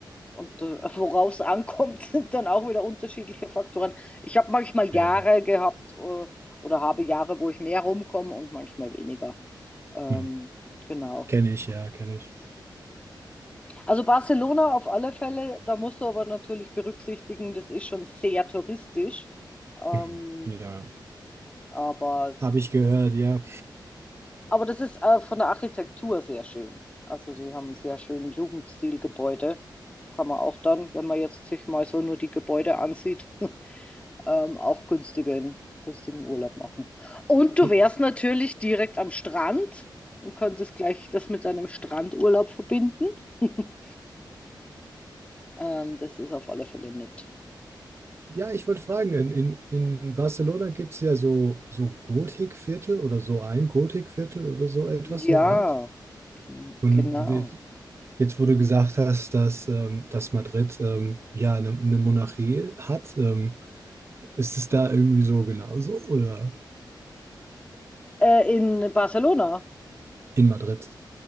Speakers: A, on the left; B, on the right.
A: Und äh, worauf es ankommt, <laughs> sind dann auch wieder unterschiedliche Faktoren. Ich habe manchmal
B: Ja.
A: Jahre gehabt äh, oder habe Jahre, wo ich mehr rumkomme und manchmal weniger. Ähm,
B: Mhm.
A: genau.
B: Kenne ich, ja, kenne ich.
A: Also Barcelona auf alle Fälle, da musst du aber natürlich berücksichtigen, das ist schon sehr touristisch. Ähm,
B: Mhm. Ja.
A: aber,
B: Habe
A: das,
B: ich gehört, ja.
A: aber das ist äh, von der Architektur sehr schön. Also sie haben einen sehr schönen Jugendstilgebäude. Kann man auch dann, wenn man jetzt sich mal so nur die Gebäude ansieht. <laughs> ähm, auch günstigen, günstigen Urlaub machen. Und du
B: Ge
A: wärst natürlich direkt am Strand und könntest gleich das mit deinem Strandurlaub verbinden. <laughs> Ähm, das ist auf alle Fälle nett.
B: Ja, ich wollte fragen, in, in, in Barcelona gibt es ja so, so Gotikviertel oder so ein Gotikviertel oder so etwas
A: Ja,
B: in der Art.
A: gen-
B: Und
A: genau.
B: wie- jetzt, wo du gesagt hast, dass, ähm, dass Madrid ähm, ja eine, eine Monarchie hat, ähm, ist es da irgendwie so genauso oder
A: Äh, in Barcelona,
B: in Madrid?